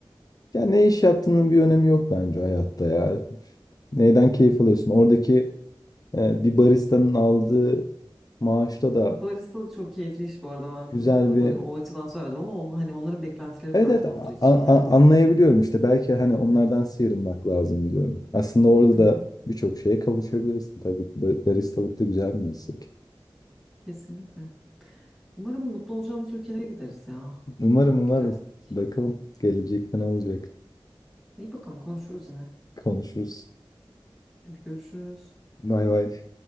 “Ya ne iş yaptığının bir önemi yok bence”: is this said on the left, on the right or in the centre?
Left